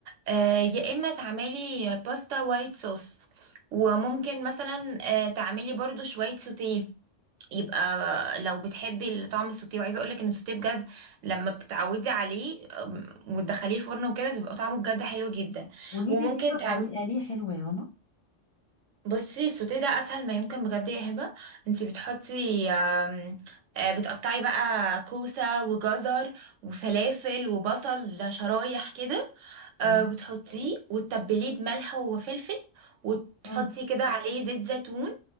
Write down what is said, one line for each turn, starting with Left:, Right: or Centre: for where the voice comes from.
Right: آه يا إما تعملي باستا وايت صوص وممكن مثلا آه تعملي برضو شوية سوتيه يبقى لو بتحبي طعم السوتيه وعايزه اقولك ان السوتيه بجد لما بتتعودي عليه آم، وتدخليه الفرن وكده بيبقى طعمه بجد حلو جدا
Left: قولي
Right: وممكن
Left: لي كده
Right: تعملي
Left: طريقة ليه حلوة يا رنا
Right: بصي السوتيه ده اسهل ما يمكن بجد يا هبه انتي بتحطي آم، آه، بتقطعي بقى كوسه وجزر وفلافل وبصل شرايح كده
Left: تمام
Right: آه، وتحطيه وتتبليه بملح وفلفل وتحطي
Left: مم.
Right: كده عليه زيت زيتون